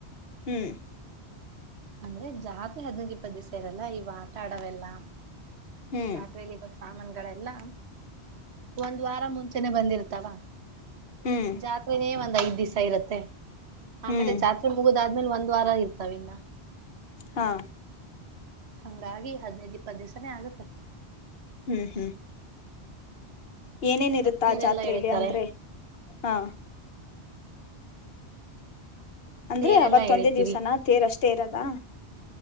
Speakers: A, on the left; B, on the right.
A: ಹ್ಮ್
B: ಅಂದ್ರೆ ಜಾತ್ರೆ ಹದ್ನಕ ಇಪ್ಪತ್ತು ದಿವಸ ಇರಲ್ಲ ಇವ ಆಟ ಆಡವೆಲ್ಲ
A: ಹ್ಮ್
B: ಜಾತ್ರೆೆಯಲ್ಲಿ ಬ ಸಾಮಾನುಗಳೆಲ್ಲಾ ಒಂದು್ ವಾರ ಮುಂಚೆ ಬಂದಿರ್ತಾವ
A: ಹ್ಮ್
B: ಜಾತ್ರೆನೇ ಬಂದು ಐದ್ ದಿವಸ ಇರುತ್ತೆ ಆಮೇಲೆ
A: ಹ್ಮ್
B: ಜಾತ್ರೆ ಮುಗುದಾದ್ರೆ ಆ್ಮಲೆ ಒಂದ್ ವಾರ ಇರ್ತಾವ ಇನ್ನ
A: ಹಾ
B: ಹಂಗಾಗಿ ಹದ್ನೈದು್ ಇಪ್ಪತ್ತು ದಿವ್ಸಾನೇ ಆಗತ್ತೆ
A: ಹ್ಮ್ ಹ್ಮ್ ಏನೇನ ಇರುತ್ತಾ
B: ತೇರೆಲ್ಲಾ
A: ಆ ಜಾತ್ರೆಯಲ್ಲಿ
B: ಎಳಿತಾರೆ
A: ಅಂದ್ರೆ ಹಾ ಅಂದ್ರೆ
B: ತೇರೆಲ್ಲಾ
A: ಅವತ್ತೊಂದೇ
B: ಎಳಿತೀವಿ.
A: ದಿವ್ಸಾನ ತೇರಷ್ಟೇ ತೇರದಾ